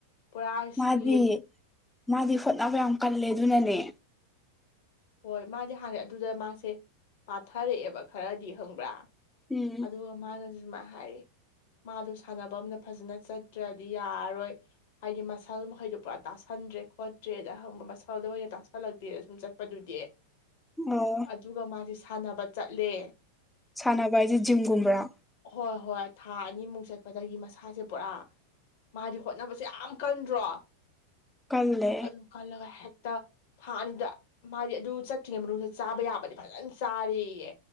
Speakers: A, on the left; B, in the centre.
A: ꯄꯨꯔꯥ
B: ꯃꯥꯗꯤ
A: ꯁꯂꯤꯝ
B: ꯃꯥꯗꯤ ꯍꯣꯠꯅꯕ ꯌꯥꯝ ꯀꯜꯂꯦ ꯑꯗꯨꯅꯅꯦ
A: ꯍꯣꯏ ꯃꯥꯗꯤ ꯍꯥꯟꯅ ꯑꯗꯨꯗ ꯃꯥꯁꯦ ꯄꯥꯊꯔꯛꯑꯦꯕ ꯈꯔꯗꯤ ꯍꯪꯕ꯭ꯔꯥ
B: ꯎꯝ
A: ꯑꯗꯨꯒ ꯃꯥꯅꯁꯨ ꯁꯃ ꯍꯥꯏꯔꯤ ꯃꯥꯗꯣ ꯁꯥꯟꯅꯕ ꯑꯝꯗ ꯐꯖꯅ ꯆꯠꯇ꯭ꯔꯗꯤ ꯌꯥꯔꯔꯣꯏ ꯍꯥꯏꯗꯤ ꯃꯁꯜ ꯃꯈꯩꯗꯨꯣ ꯄꯨꯔꯥ ꯇꯥꯥꯟ ꯈꯪꯗ꯭ꯔꯦ ꯈꯣꯠꯇ꯭ꯔꯦꯗ ꯑꯪꯕ ꯃꯁꯥꯗ ꯑꯣꯏꯅ ꯇꯥꯛꯁꯜꯂꯛꯇꯦꯗ ꯁꯨꯝ ꯆ ꯆꯄꯗꯨꯗꯤ
B: ꯑꯣ
A: ꯑꯗꯨꯒ ꯃꯥꯁꯦ ꯁꯥꯟꯅꯕ ꯆꯠꯂꯦ
B: ꯁꯥꯟꯅꯕ ꯍꯥꯏꯁꯦ ꯖꯤꯝꯒꯨꯝꯕ꯭ꯔꯥ
A: ꯍꯣꯏ ꯍꯣꯏ ꯊꯥꯏ ꯑꯅꯤꯃꯨꯛ ꯆꯠꯄꯗꯒꯤ ꯃꯁꯥꯁꯦ ꯄꯨꯔꯥ ꯃꯥꯗꯤ ꯍꯣꯠꯅꯕꯁꯦ ꯌꯥꯝ ꯀꯟꯗ꯭ꯔꯣ
B: ꯀꯜꯂꯦ
A: ꯑꯗꯨ ꯈꯜꯂꯒ ꯍꯦꯛꯇ ꯊꯥ ꯑꯅꯤꯗ ꯃꯥꯗꯤ ꯑꯗꯨ ꯆꯠꯇ꯭ꯔꯤꯉꯩ ꯃꯅꯨꯡꯗ ꯆꯥꯕ ꯌꯥꯕꯗꯤ ꯐꯖꯅ ꯆꯥꯔꯌꯦ